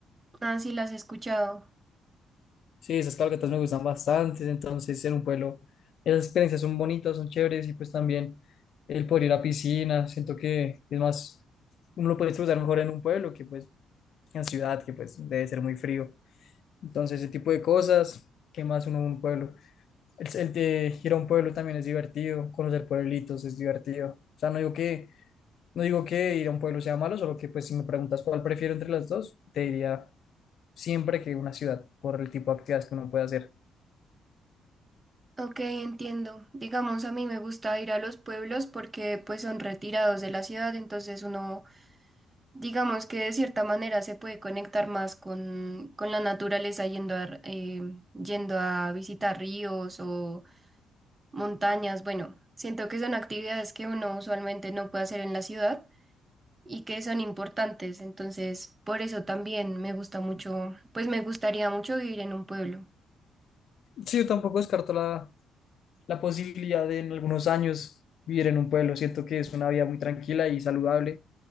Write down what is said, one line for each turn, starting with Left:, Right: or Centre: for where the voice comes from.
Right: Ah, sí, las he escuchado.
Left: Sí, esas cabalgatas me gustan bastante, entonces en un pueblo esas experiencias son bonitas, son chéveres y pues también el poder ir a piscina, siento que es más, uno lo puede disfrutar mejor en un pueblo que pues en ciudad, que pues debe ser muy frío. Entonces ese tipo de cosas, ¿qué más uno en un pueblo? El, el de ir a un pueblo también es divertido, conocer pueblitos es divertido. O sea, no digo que, no digo que ir a un pueblo sea malo, solo que pues si me preguntas cuál prefiero entre las dos, te diría siempre que una ciudad por el tipo de actividades que uno puede hacer.
Right: Ok, entiendo. Digamos, a mí me gusta ir a los pueblos porque pues son retirados de la ciudad, entonces uno, digamos que de cierta manera se puede conectar más con, con la naturaleza yendo a, eh, yendo a visitar ríos o montañas. Bueno, siento que son actividades que uno usualmente no puede hacer en la ciudad. y que son importantes. Entonces, por eso también me gusta mucho, pues me gustaría mucho vivir en un pueblo.
Left: Sí, yo tampoco descarto la, la posibilidad de en algunos años vivir en un pueblo. Siento que es una vida muy tranquila y saludable